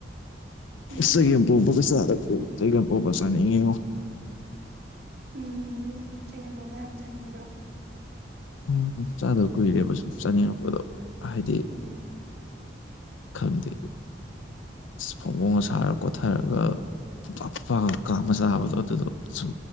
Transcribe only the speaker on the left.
ꯆꯥꯒꯦꯝ ꯄꫭꯝꯕꯒ ꯆꯥ <inaudible> ꯆꯥꯒꯦꯝ ꯄꫭꯝꯕꯥ ꯆꯥꯅꯤꯡ ꯉꯤꯉꫭ
ꯎꯝ ꯆꯥꯗꯧ ꯀꯨꯏꯔꯦꯕ ꯁꯨꯝ ꯆꯥꯅꯤꯡꯉꯛꯄꯗꯣ ꯍꯥꯏꯗꯤ
ꯈꯪꯗꯦ ꯐꯣꯡꯕꯣꯡꯒ ꯁꯥꯔ ꯀꯣꯊꯔꯒ ꯐꯨꯠꯐꯥ ꯐꯨꯠꯐꯥꯒ ꯀꯝꯃꯥ ꯆꯥꯕꯗꫭ ꯑꯗꯨꯗꫭ ꯁꯨꯝ